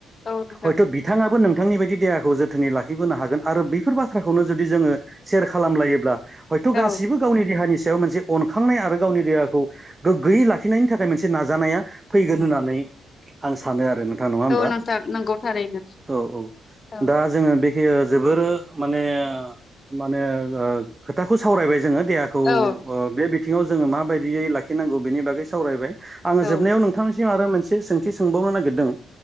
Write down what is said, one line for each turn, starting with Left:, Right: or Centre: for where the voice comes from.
Left: औ नोंथां
Right: हयथ' बिथाङाबो नों नोंथांनि बायदि देहाखौ जोथोनै लाखिबोनो हागोन आरो बेफोर बाथ थ्राखौनो जुदि जोङो सेयार खालामायोब्ला हयथ'
Left: औ
Right: गासिबो गावनि देहानि सायाव मोनसे अनखांनाय आरो गावनि देहाखौ गोग्गोयै लाखिनायनि थाखाय मोनसे नाजानाया फैगोन होननानै नै आं सानो आरो। नोंथां नङा होमबा?
Left: औ नोंथां नंगौ थारैनो
Right: औ औ
Left: औ
Right: दा जोङो बे जोबोर माने माने ओ खोथाखौ सावरायबाय जोङो देहाखौ ओ
Left: औ
Right: बे बिथिङाव जोङो माबायदियै लाखिनांगौ बेनि बागै सावरायबाय। आङो
Left: औ
Right: जोबनायाव नोंथांनिसिम आरो मोनसे सोंथि सोंबावनो नागिरदों